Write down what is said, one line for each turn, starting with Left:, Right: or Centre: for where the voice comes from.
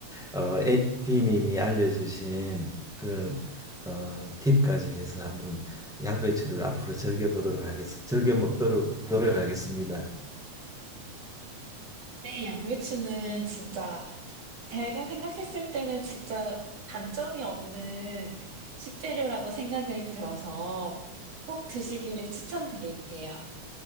Centre: 어, 에, B님이 알려주신 그런 어, 팁까지 해서 한번 양배추를 앞으로 즐겨 보도록 하겠습니다. 즐겨 먹도록 노력하겠습니다.
Right: 네, 양배추는 진짜 제가 생각했을 때는 진짜 단점이 없는 식재료라고 생각을 들어서 꼭 드시기를 추천드릴게요.